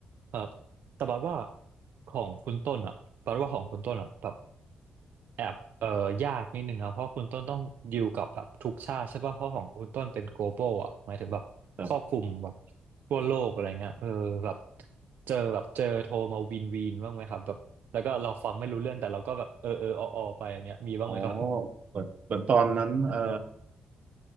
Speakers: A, on the right; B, on the right.
A: ครับแต่บัดว่าของคุณต้นอ่ะบัดว่าของคุณต้นอ่ะแบบ แอบเอ่อยากนิดนึงนะเพราะคุณต้นต้องดิวกับแบบทุกชาติใช่ป่ะเพราะของคุณต้นเป็น global อ่ะหมายถึงแบบครอบคลุมแบบ
B: แบบ
A: ทั่วโลกอะไรเงี้ยเออแบบเจอแบบเจอโทรมาวินวินบ้างไหมครับแบบแล้วก็เราฟังไม่รู้เรื่องแต่เราก็แบบเออเออออออไปอย่างเงี้ยมีบ้างไหมครับ
B: อ๋อเหมือนเหมือนตอนนั้นเอ่อ